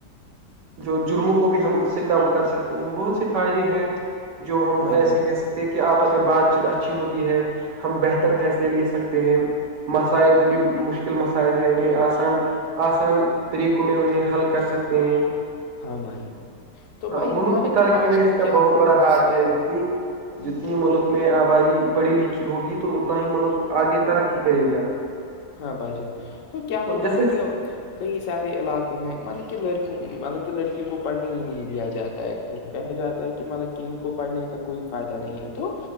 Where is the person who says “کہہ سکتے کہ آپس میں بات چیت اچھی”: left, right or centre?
Right